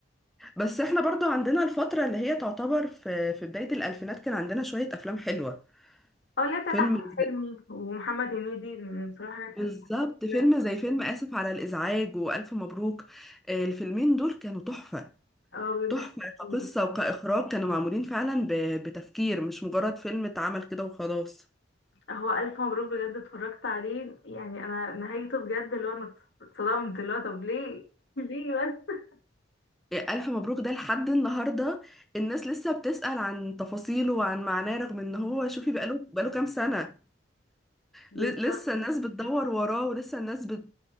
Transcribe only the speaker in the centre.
بس احنا برضو عندنا الفترة اللي هي تعتبر في في بداية الألفينات كان عندنا شوية أفلام حلوة
فيلم
زي-
بالظبط
فيلم زي فيلم آسف على الإزعاج وألف مبروك آه، الفيلمين دول كانوا تحفة
تحفة كقصة
وكإخراج كانوا معمولين فعلا ب- بتفكير مش مجرد فيلم اتعمل كده وخلاص
إيه، ألف مبروك ده لحد النهاردة الناس لسه بتسأل عن تفاصيله وعن معناه رغم إن هو شوفي بقاله بقاله كام سنة
ل- لسه الناس بتدور وراه ولسه الناس بت...